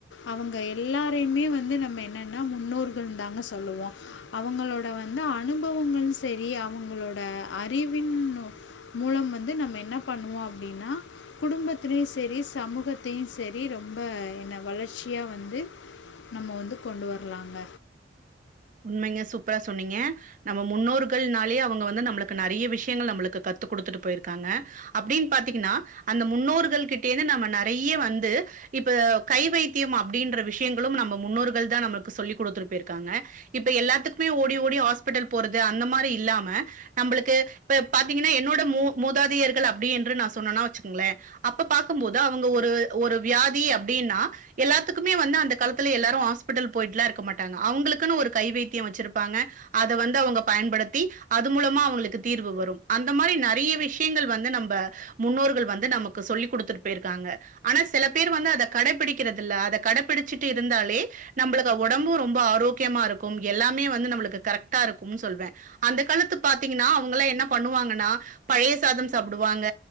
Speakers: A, on the left; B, on the right.
A: அவுங்க எல்லாரையுமே வந்து நம்ம என்னென்னா முன்னோர்கள் தாங்க சொல்லுவோம் அவுங்களோட வந்து அனுபவங்களும் சரி அவுங்களோட அறிவின் மூலம் வந்து நம்ம என்ன பண்ணுவோம் அப்படின்னா குடும்பத்தலையும் சரி சமூகத்தையும் சரி ரொம்ப என்ன வளர்ச்சியா வந்து நம்ம வந்து கொண்டு வரலாங்க
B: உண்மைங்க சூப்பரா சொன்னீங்க நம்ம முன்னோர்கள்னாலயே அவுங்க வந்து நம்மளுக்கு நறைய விஷயங்கள் நம்மளுக்கு கத்து கொடுத்துட்டு போயிருக்காங்க அப்படின்னு பாத்தீங்கன்னா அந்த முன்னோர்கள் கிட்டே இருந்து நம்ம நிறைய வந்து இப்ப கை வைத்தியம் அப்படின்ற விஷயங்களும் நம்ம முன்னோர்கள் தான் நம்மளுக்கு சொல்லி் கொடுத்துட்டு போயிருக்காங்க இப்ப எல்லாத்துக்குமே ஓடி ஓடி ஹாஸ்பிட்டல் போறது அந்த மாரி இல்லாம நம்மளுக்கு இப்ப பார்த்தீங்கன்னா என்னோட மூ மூதாதியர்கள் அப்படி என்று நான் சொன்னேனா வச்சுக்கங்களேன் அப்ப பார்க்கும் போது அவுங்க ஒரு ஒரு வியாதி அப்படின்னா எல்லாத்துக்குமே வந்து அந்த காலத்துல எல்லாரும் ஹாஸ்பிட்டல் போயிட்டுலாம் இருக்க மாட்டாங்க அவுங்களுக்குன்னு ஒரு கை வத்தியம் வச்சிருப்பாங்க அத வந்து அவுங்க பயன்படுத்தி அது மூலமா அவுங்களுக்கு தீர்வு வரும் அந்த மாரி நறைய விஷயங்கள் வந்து நம்ம முன்னோர்கள் வந்து நமக்கு சொல்லிக் கொடுத்துட்டு போய் இருக்காங்க ஆனா சில பேர் வந்து அத கடைபிடிக்கிறது அத கடைபிடிச்சட்டு இருந்தாலே நம்மளுக்கு உடம்பு ரொம்ப ஆரோக்கியமா இருக் கும் எல்லாமே நமக்கு கரெக்ட்டா இருக்கும் சொல்லுவேன் அந்த காலத்துல பாத்தீங்கனா அவுங்க எல்லாம் என்ன பண்ணுவாங்கன்னா பழைய சாதம் சாப்பிடுவாங்க